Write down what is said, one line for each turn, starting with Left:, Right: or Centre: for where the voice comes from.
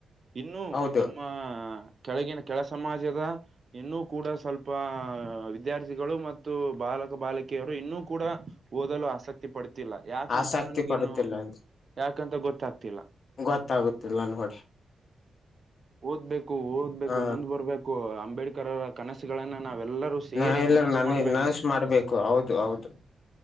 Right: ಇನ್ನು
Left: ಹೌದು
Right: ನಮ್ಮ ನಮ್ಮ ಕೆಳಗಿನ ಕೆಳ ಸಮಾಜದ ಇನ್ನುೂ ಕೂಡ ಸ್ವಲ್ಪ ವಿದ್ಯಾರ್ಥಿಗಳು ಮತ್ತು ಬಾಲಕ ಬಾಲಕಿಯರು ಇನ್ನುೂ ಕೂಡ ಓದಲು ಆಸಕ್ತಿ ಪಡ್ತಿಲ್ಲ ಯಾಕಂತ
Left: ಆಸಕ್ತಿ
Right: ನನ್ಗ
Left: ಪಡುತ್ತಿಲ್ಲ
Right: ಇನ್ನು
Left: ಅಂತ
Right: ಯಾಕಂತ ಗೊತ್ತಾಗ್ತಿಲ್ಲ
Left: ಗೊತ್ತಾಗುತ್ತಿಲ್ಲ ನೋಡಿ
Right: ಓದ್ಬೇಕು ಓದ್ಬೇಕು
Left: ಹಾ
Right: ಮುಂದ್ ಬರ್ಬೇಕು <unintelligible> ಅಂಬೇಡ್ಕರ್ರ ಕನಸುಗಳನ್ನ ನಾವೆಲ್ಲರೂ ಸೇರಿ
Left: ನಾ ಎಲ್ಲರೂ
Right: ನನಸ್
Left: ನನ
Right: ಮಾಡ್ಬೇಕು
Left: ನನಸ್ ಮಾಡ್ಬೇಕು ಹೌದು ಹೌದು